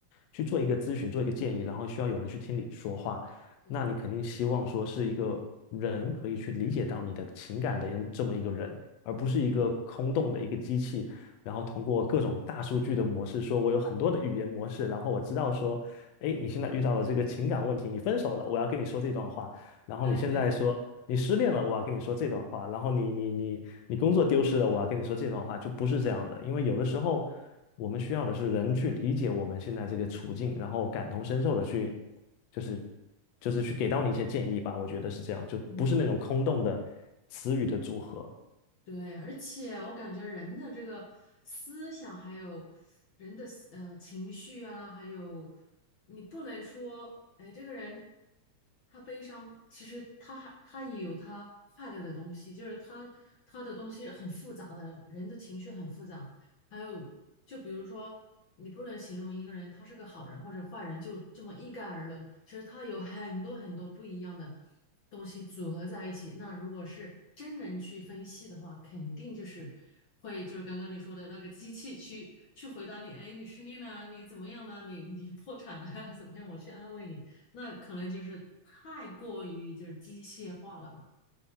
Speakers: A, on the left; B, on the left.
A: 去做一个咨询，做一个建议，然后需要有人去听你说话，
B: 对
A: 那你肯定希望说是一个人可以去理解到你的情感的这么一个人，而不是一个空洞的一个机器。
B: 对，
A: 然后通过各种大数据的模式，说我有很多的语言模式，然后我知道说，哎，你现在遇到了这个情感问题，你分手了，我要跟你说这段话，然后你现在说，
B: 哎，对对对，
A: 你失恋了，我要跟你说这段话；然后你你你你工作丢失了，我要跟你说这段话，就不是这样的。因为有的时候，我们需要的是人去理解我们现在这个处境，然后感同身受的去，就是就是去给到你一些建议吧。我觉得是这样，就不是那种空洞的词语的组合。
B: 嗯，对，对，而且我感觉人的这个思想，还有人的思呃情绪啊，还有你不能说，哎，这个人他悲伤，其实他还他也有他快乐的东西，就是他他的东西很复杂的，人的情绪很复杂。还有，就比如说，你不能形容一个人他是个好人或者坏人，就这么一概而论。其实他有很多很多不一样的东西组合在一起。那如果是真人去分析的话，肯定就是会就是刚刚你说的那个机器去去回答你，哎，你失恋了啊你怎么样了啊你你破产了呀，<laughs> 怎么样？我去安慰你，那可能就是太过于就是机械化了吧，